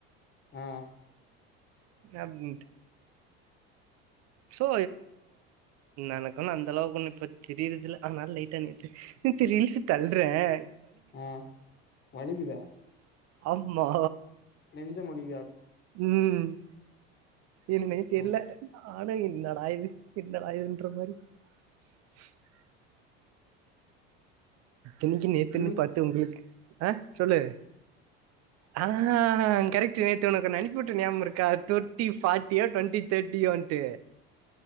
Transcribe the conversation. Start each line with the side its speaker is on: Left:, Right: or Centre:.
Left: ஆ
Right: அப்டின்டு சோ எனக்கு ஒன்னு அந்த அளவுக்கு ஒண்ணு இப்ப தெரியரதுல்ல அதனால லேட்டா நீ ரீல்சு தள்ளறேன்
Left: ஆ வலிக்குதா
Right: ஆம்மா
Left: நெஞ்ச முடி
Right: ம் <inaudible> என் மே தெரியல
Left: ஆ
Right: ஆனும் என்னட ஆயது என்னட ஆதுன்ற மாரி <inaudible> இன்னைக்கி நேத்துன்னு
Left: இன்னைக்கு
Right: பாத்து உங்களுக்கு ஆ சொல்லு ஆ ஆ கரெக்ட் நேத்தி உனக்கு ஒன்னு அனுப்பி விட்டேன் நியாகம் இருக்கா டுவெண்ட்டி பார்ட்டியோ டுவெண்ட்டி தேர்டியோட்டு